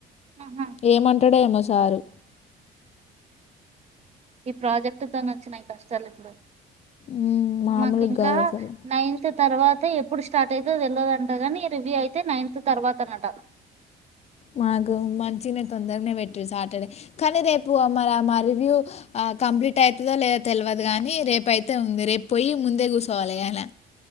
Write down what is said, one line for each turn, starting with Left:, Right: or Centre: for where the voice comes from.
Right: ఆహా
Left: ఏమంటాడొ ఏమొ సారు
Right: ఈ ప్రాజెక్టుతోను వొచ్చినాయ్ కష్టాలు ఇప్పుడు
Left: ఉమ్, మామూలుగా
Right: మాకు ఇంకా
Left: కాదు అసలు
Right: నైన్తు తర్వాత ఎప్పుడు స్టార్ట్ అయితే వెళ్ళదుంట కానీ రివ్యూ అయితే నైన్త్ తర్వాత అనంట
Left: మాకు మంచిగానే తొందరగానే పెట్ట సాటర్డే కానీ రేపు మరి మా రివ్యూ కంప్లీట్ అవుతుందో లేదా తెలియదు కానీ రేపు అయితే ఉంది రేపు పోయి ముందే కూర్చోవాలి అయ్యాల